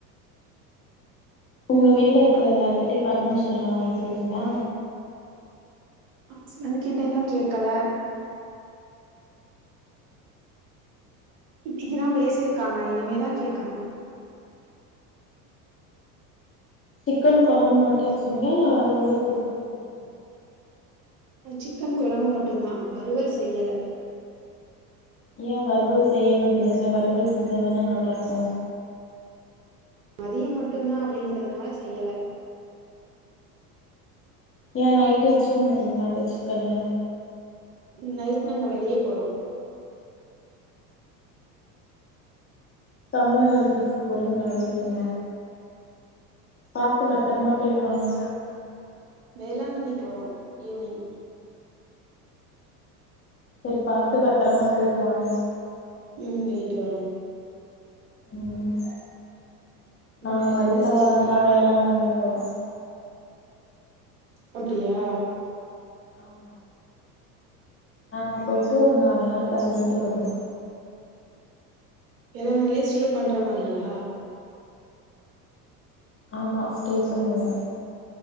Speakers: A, on the left (about 30°); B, on the right (about 75°).
A: உங்க வீட்ல இருக்குற எல்லாருகிட்டயு பர்மிஷன்லாம் வாங்கிட்டீங்களா
B: ஹஸ்பண்ட் கிட்டன்னும் கேக்கல இச்சிக்குதான் பேசிருக்காங்க இனிமேதான் கேக்கணும்
A: சிக்கன் கொழம்பு மட்டும் வச்சீங்களா இல்ல வறுவலு சேத்து செஞ்சீங்களா
B: ஆ சிக்கன் கொழம்பு மட்டும்தான் வறுவல் செய்யல
A: ஏன் வறுவல் செய்ய வேண்டிதானே வறுவல் செஞ்சாதானே நல்லா இருக்கும்
B: மதியம் மட்டும் தான் அப்டிங்கறதுனால செய்யல
A: ஏன் நைட்டு் வச்சுக்க மாட்டீங்களா அந்த சிக்கனு
B: நைட்டு நாங்க வெளிய போறோம்
A: சம்மர் ஹாலிடேஸ்கு போறிங்ளா வெளில பாத்து பத்தரமா போயிட்டு வாங்க
B: வேளாங்கண்ணி போறோம் ஈவினிங்
A: சரி பாத்து பத்தரமா போயிட்டு வாங்க
B: ம் போய்ட்டு வறோம்
A: ம் நாங்க
B: வேற
A: அடுத்த
B: என்ன செய்றீங்க
A: வாரந்தா வேளாங்கண்ணி பவ
B: அப்டியா
A: ஆமா நாங்க போயிட்டு ஒரு நாலு நாள் தங்கிட்டு வருவோ
B: வேளாங்கணிலயே ஸ்டே பண்ற மாரியா
A: ஆமா ஸ்டே பண்ணுவோ